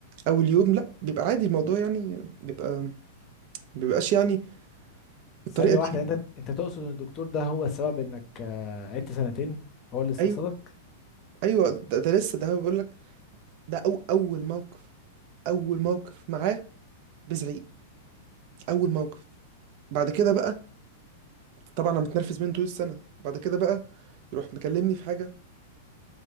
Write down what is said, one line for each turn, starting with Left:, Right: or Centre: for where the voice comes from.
Right: اول يوم لا بيبقى عادي الموضوع يعني بيبقى بيبقاش يعني بالطريقه
Left: ثانية
Right: دي
Left: واحدة انت انت تقصد ان الدكتور ده هو السبب انك آه، قعدت سنتين هو اللي استقصدك
Right: أيوه. ايوه ده, ده لسه ده بيقول لك ده أو اول موقف اول موقف معاه بزعيق اول موقف بعد كده بقى طبعا انا متنرفز منه طول السنه بعد كده بقى يروح مكلمني في حاجه